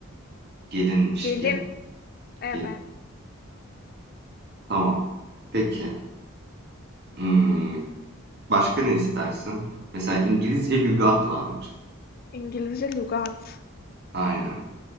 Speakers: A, on the right; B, on the left.
A: Gelinmiş,
B: Gelin.
A: gelin,
B: Evet.
A: gelin. Tamam. Peki. Hmm, Başka ne istersin? Mesela İngilizce lügat varmış.
B: İngilizce lügat.
A: Aynen.